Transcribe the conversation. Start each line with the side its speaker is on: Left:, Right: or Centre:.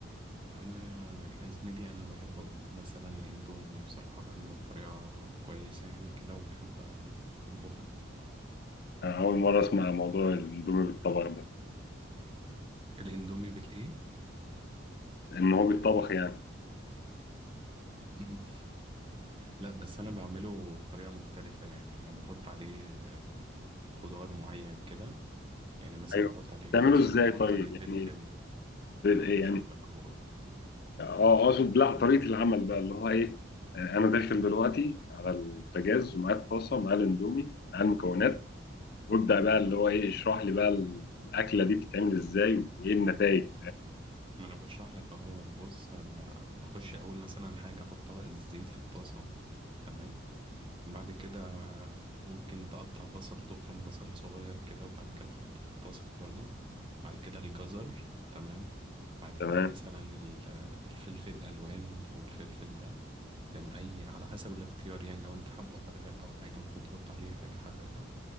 Right: انا يا زميلي انا بحب اطبخ مثلا اندومي بصراحة بعمله بطريقة كويسة يعني كده وبحب اطبخه
Left: أنا أول مرة أسمع موضوع الأندومي بالطبخ ده
Right: الاندومي بالايه
Left: إن هو بيتطبخ يعني
Right: مهم. لا بس انا بعمله بطريقه مختلفه يعني انا بحط عليه آه، خضار معين كده يعني مثلا
Left: أيوه
Right: بحط عليه
Left: بتعمله
Right: جزر
Left: إزاي
Right: بحط
Left: طيب؟
Right: عليه فلفل
Left: يعني إيه
Right: ما انا بشرح
Left: يعني
Right: لك اهوت
Left: أه أقصد لا طريقة العمل بقى اللي هو إيه؟ آه، أنا داخل دلوقتي على البوتاجاز ومعايا الطاسة ومعايا الأندومي معايا المكونات وابدا بقى
Right: مم.
Left: اللي هو ايه اشرح لي بقى ال- الاكله دي بتتعمل ازاي وايه النتائج
Right: ما انا بشرح لك اهوت بص انا بخش اول مثلا حاجه احطها الزيت في الطاسه تمام بعد كده ممكن تقطع بصل تفرم بصل صغير كده وبعد كده تحطه في الطاسة برضو بعد كده الجزر تمام بعد
Left: تمام
Right: كده مثلا ال- الفلفل الألوان أو الفلفل ده فاهم أي على حسب الاختيار يعني لو أنت حبه حراق أو حاجة ممكن تحط عليه حاجة حراقة